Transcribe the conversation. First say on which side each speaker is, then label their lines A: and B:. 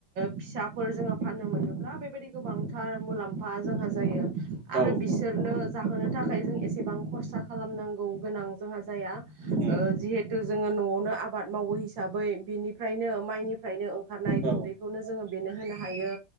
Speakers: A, on the right (about 75°); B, on the right (about 60°).
A: फिसाफोर जोङो फाननो मोनोब्ला बेबायदि गोबांथार मुलाम्फा जोंहा जायो आरो
B: औ
A: बिसोरनो जाहोनो थाखाय जों एसेबां खरसा खालामनांगौ गोनां जोंहा जाया
B: उम
A: ओ जिहेथु जोङो न'आवनो आबाद मावो हिसाबै बेनिफ्रायनो माइनिफ्रायनो ओंखारनाय
B: औ
A: गुन्दैखौनो जोङो बेनो होनो हायो।